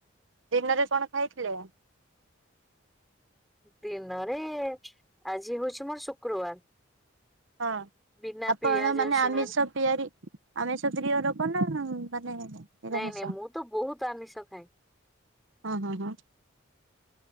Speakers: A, on the right; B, in the centre.
A: ଦିନରେ କଣ ଖାଇଥିଲେ?
B: ଦିନରେ ଆଜି ହଉଛି ମୋର ଶୁକ୍ରବାର।
A: ହଁ
B: ବିନା
A: ଆପଣ
B: ପିଆଜ
A: ମାନେ
B: ରସୁଣରେ
A: ଆମିଷ ପିଆରି ଆମିଷ ପ୍ରିୟ ଲୋକ ନା ମାନେ ନିରାମିଷ।
B: ନାଇଁ ନାଇଁ ମୁଁ ବହୁତ ତ ଆମିଷ ଖାଏ।
A: ହଁ ହଁ ହଁ।